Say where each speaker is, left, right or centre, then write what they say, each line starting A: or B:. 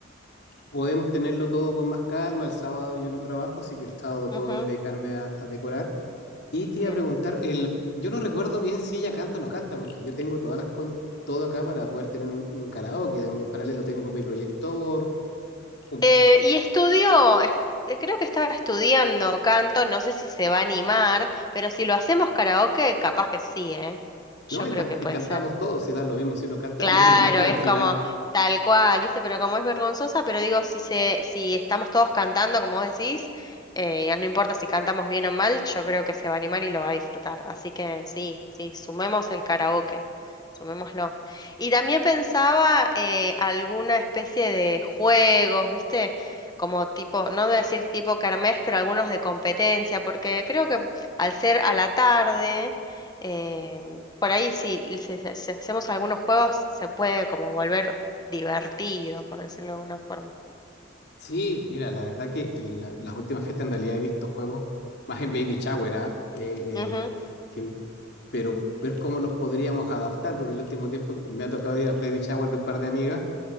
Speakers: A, on the left; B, on the left.
A: podemos tenerlo todo con más calma. El sábado yo no trabajo, así que el sábado puedo
B: Ujú,
A: dedicarme a, a decorar. Y te
B: bien.
A: iba a preguntar, el, yo no recuerdo bien si ella canta o no canta, porque yo tengo todas las con, todo acá para poder tener un, un karaoke, en paralelo tengo mi proyector, un-
B: Eh, y estudió, est- eh, creo que estaba estudiando canto, no sé si se va a animar, pero si lo hacemos karaoke, capaz que sí, ¿eh?
A: ¿no?
B: Yo
A: Y,
B: creo
A: can-
B: que puede
A: y cantamos
B: ser.
A: todos y da lo mismo si uno canta
B: Claro,
A: bien o mal al
B: es
A: final.
B: como tal cual, ¿viste? Pero como es vergonzosa, pero digo, si se, si estamos todos cantando, como vos decís, eh, no importa si cantamos bien o mal, yo creo que se va a animar y lo va a disfrutar. Así que sí, sí, sumemos el karaoke, sumémoslo. Y también pensaba eh, alguna especie de juegos, ¿viste? Como tipo, no decir tipo kermés, pero algunos de competencia, porque creo que al ser a la tarde. Em, por ahí sí, si, si- si hacemos algunos juegos se puede como volver divertido, por decirlo de alguna forma.
A: Sí, mira, la verdad que en la- las últimas fiestas en realidad he visto juegos más en Baby Shower, ¿ah? Eh,
B: Ujú,
A: eh, que- pero ver cómo los podríamos adaptar, porque el último tiempo me ha tocado ir a Baby Shower de un par de amigas